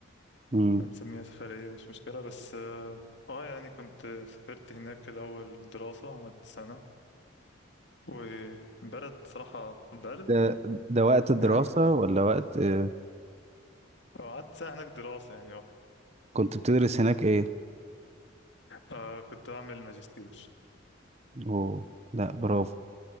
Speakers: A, on the right; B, on the left.
A: مم.
B: هنسميها سفرية مش مشكلة بس اه آه، يعني كنت سافرت هناك الأول دراسة قعدت سنة وبلد صراحة برد
A: ده ده وقت الدراسة
B: يعني
A: ولا وقت آه،
B: <laughs> قعدت سنة هناك دراسة يعني اه
A: كنت بتدرس هناك ايه
B: آه، كنت بعمل ماجستير
A: اوه لا برافو